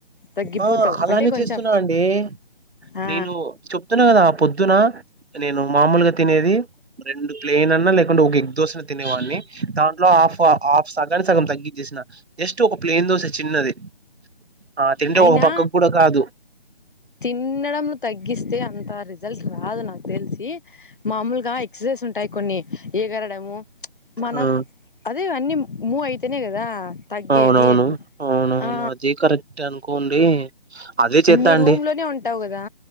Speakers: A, on the left; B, on the right.
A: తగ్గిపోతావు
B: ఆ అలానే
A: అంటే కొంచెం
B: చేస్తున్నా అండి
A: ఆ.
B: నేను చెప్తున్నా కదా పొద్దున. నేను మామూలుగా తినేది రెండు ప్లేయిన్ అన్నా లేకుంటే ఒక ఎగ్ దోస తినేవాడిని దాంట్లో ఆఫ్ ఆఫ్స కానీ సగం తగ్గించేసిన జస్ట్ ఒక ప్లేయిన్ దోశ చిన్నది ఆ తింటే
A: అయినా
B: ఒక పక్కకు కూడా కాదు
A: తిన్నడం తగ్గిస్తే అంత రిజల్ట్ రాదు నాకు తెలిసి మాములుగా ఎక్ససైజ్ ఉంటాయి కొన్ని ఏగర డము మనం
B: ఆ
A: అదే అన్నీ మూవయితేనే కదా తగ్గేది
B: అవునవును అవునవును
A: ఆ
B: అది కరెక్టే అనుకోండి అదే చేత్తా
A: నువ్వు
B: అండి
A: రూమ్ లోనే ఉంటావు కదా